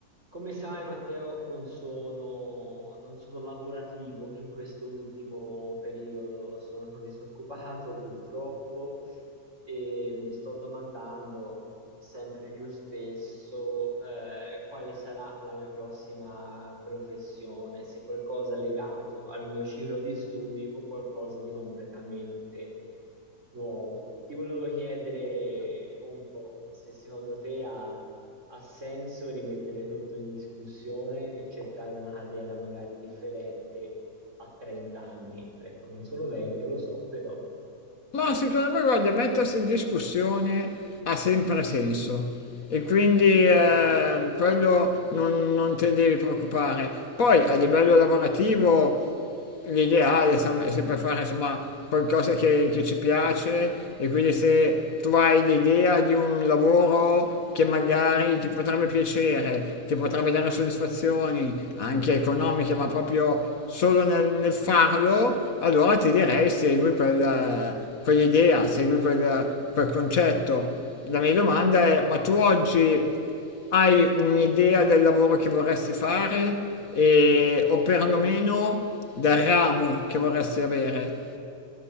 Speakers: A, on the right (about 50°); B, on the left (about 65°).
A: Come sai, Matteo, non sono, non sono lavorativo in questo ultimo periodo, sono disoccupato purtroppo e mi sto domandando sempre più spesso eh, quale sarà la mia prossima professione, se qualcosa legato al mio ciclo di studi o qualcosa di completamente nuovo. Ti volevo chiedere un po' se secondo te ha ha senso rimettere tutto in discussione e cercare una carriera magari differente a 30 anni. Ecco, non sono vecchio, lo so, però.
B: Ma secondo me, guarda, mettersi in discussione ha sempre senso e quindi
A: Ok.
B: eh, quello non, non te devi preoccupare. Poi a livello lavorativo l'ideale insomma, è sempre fare insomma, qualcosa che, che ci piace e quindi se tu hai l'idea di un lavoro che magari ti potrebbe piacere, ti potrebbe dare soddisfazioni anche economiche, ma proprio solo nel, nel farlo, allora ti direi segui quella quell'idea, segui quel, quel concetto. La mia domanda è, ma tu oggi hai un'idea del lavoro che vorresti fare e, o perlomeno del ramo che vorresti avere?